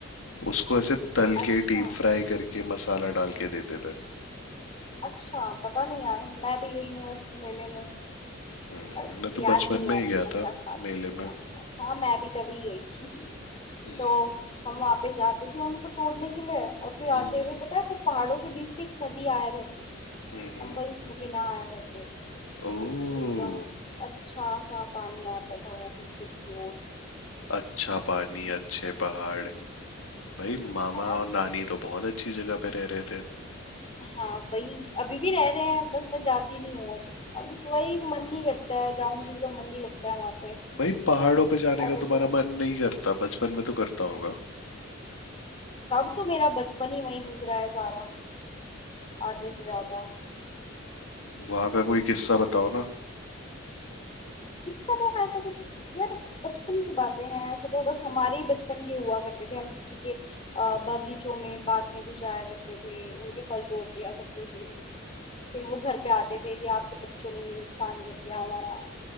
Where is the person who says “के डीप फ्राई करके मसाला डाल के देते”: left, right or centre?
Left